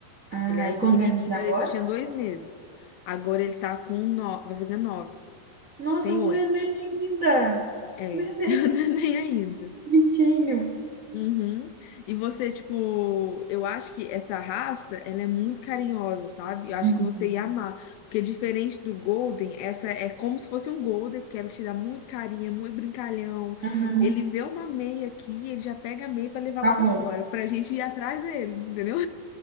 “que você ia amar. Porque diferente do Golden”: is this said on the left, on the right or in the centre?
Left